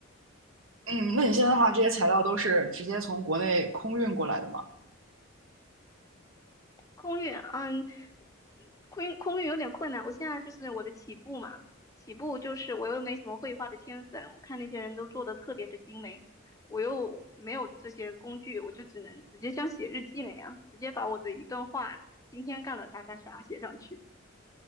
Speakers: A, on the right; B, on the left.
A: 嗯，那你现在的话，这些材料都是直接从国内空运过来的吗？
B: 空运，嗯，空运空运有点困难。我现在就是我的起步嘛，起步就是我又没什么绘画的天分，我看那些人都做的特别的精美，我又没有这些工具，我就只能直接像写日记那样，直接把我的一段话今天干了啥啥啥写上去。